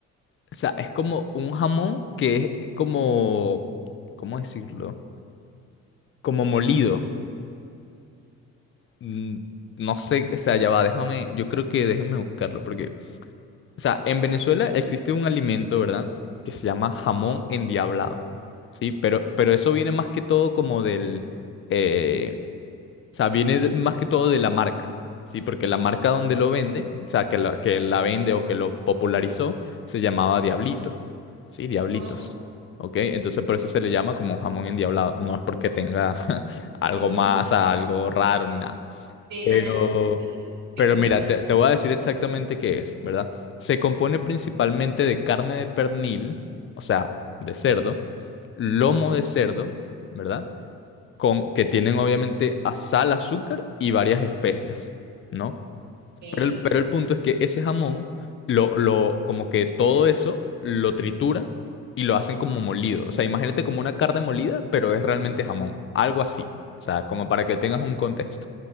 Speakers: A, on the left; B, on the right.
A: O sea, es como un jamón que es como, ¿cómo decirlo? Como molido. Mm, No sé, o sea, ya va, déjame, yo creo que déjeme buscarlo, porque O sea, en Venezuela existe un alimento, ¿verdad? Que se llama jamón endiablado. Sí, pero, pero eso viene más que todo como del... eh, o sea, viene de- más que todo de la marca. Sí, porque la marca donde lo vende, o sea, que la, que la vende o que lo popularizó, se llamaba Diablito. Sí, Diablitos.
B: Ah.
A: ¿Ok? Entonces por eso se le llama como jamón endiablado. No es porque tenga <laughs> algo
B: <laughs>
A: más, o sea, algo raro ni nada.
B: Sí,
A: Pero,
B: no necesito el
A: pero
B: sismo.
A: mira, te, te voy a decir exactamente qué es, ¿verdad? Se compone principalmente de carne de pernil, o sea, de cerdo, lomo de cerdo, ¿verdad? Con, que tienen obviamente a sal, azúcar y varias especias, ¿no?
B: Ok.
A: Pero el, pero el punto es que ese jamón, lo, lo, como que todo eso lo trituran y lo hacen como molido. O sea, imagínate como una carne molida, pero es realmente jamón, algo así. O sea, como para que tengas un contexto.